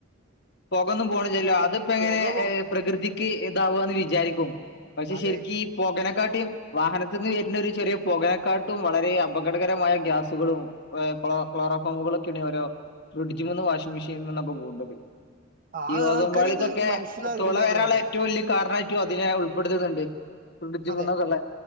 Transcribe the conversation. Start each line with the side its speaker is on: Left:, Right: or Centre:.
Left: പുകയൊന്നും പോണില്ലല്ലോ അതിപ്പം എങ്ങനെ
Right: പൊക പോ
Left: ഏഹ് പ്രകൃതിക്ക് ഇതാവാന്ന് വിചാരിക്കും പക്ഷെ
Right: അതെ
Left: ശരിക്കീ പുകനെക്കാട്ടിയും വാഹനത്തിന്ന് വരുന്നൊരു ചെറിയ പുകയെക്കാട്ടും വളരെ അപകടകരമായ ഗ്യാസുകളും <unintelligible> ക്ലോറോ ഫോമുകളൊക്കേണ് ഓരോ ഫ്രിഡ്ജ് <unintelligible> വാഷിംഗ് മെഷീൻമെന്നൊക്കെ <unintelligible>
Right: ആ
Left: ഈ ഓസോൺ
Right: ആൾക്കാര്
Left: പാളിക്കൊക്കെ
Right: ഇത് മനസ്സിലാകണില്ല
Left: തൊള
Right: എന്നുള്ളതാണ്
Left: വരാനുള്ള ഏറ്റവും വല്യ കാരണായിട്ടും അതിനെ ഉൾപ്പെടുത്തുന്നുണ്ട് ഫ്രിഡ്ജിമെന്നൊക്കെള്ള
Right: അതെ